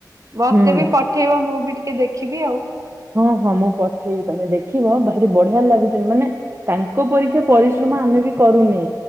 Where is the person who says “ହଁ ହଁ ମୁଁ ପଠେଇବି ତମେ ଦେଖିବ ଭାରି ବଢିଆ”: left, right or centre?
Right